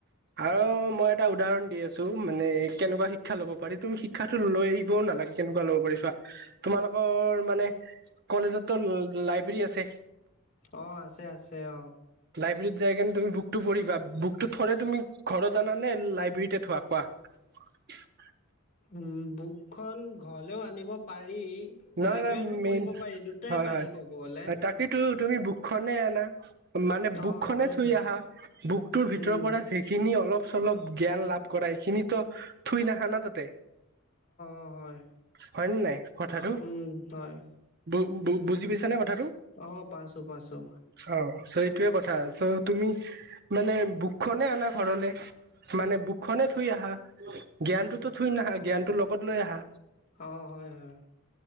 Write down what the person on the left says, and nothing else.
অ', আছে আছে অ'।
উম, বুকখন ঘৰলেও আনিব পাৰি।
লাইব্ৰেৰীতো
পঢ়িব পাৰি, দুটাই
পাৰি
ক'ব গ'লে।
অঁ সেইটো
হয়
অঁ
অঁ হয়
উম, হয়।
অ পাইছো পাইছো
অ' হয়, হয়।